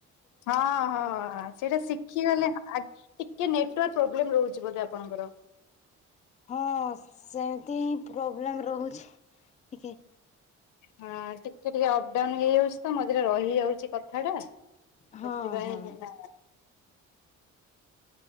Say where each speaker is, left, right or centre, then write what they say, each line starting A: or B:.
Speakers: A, on the left (about 85°); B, on the left (about 25°).
A: ହଁ ହଁ ସେଇଟା ଶି <unintelligible> ଟିକେ ମାନେ ଟିକେ ନେଟୱାର୍କ ପ୍ରୋବ୍ଲେମ ରହୁଛି ବୋଧେ ଆପଣଙ୍କର।
B: ହଁ ସେମିତି ହିଁ ପ୍ରୋବ୍ଲେମ୍ ରହୁଛି ଟିକେ।
A: ହଁ ଟିକେ ଟିକେ ଅପ୍ ଡାଉନ ହେଇଯାଉଛି ତ ମଝିରେ ରହିଯାଉଛି କଥା ଟା। ସେଥିପାଇଁ
B: ହଁ ହଁ
A: ହେଲା